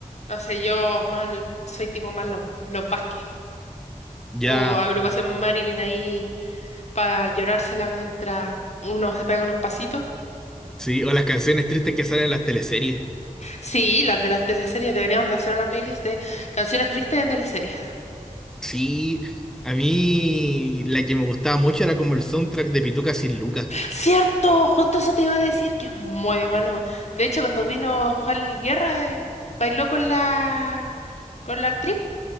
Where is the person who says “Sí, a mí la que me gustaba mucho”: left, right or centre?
Centre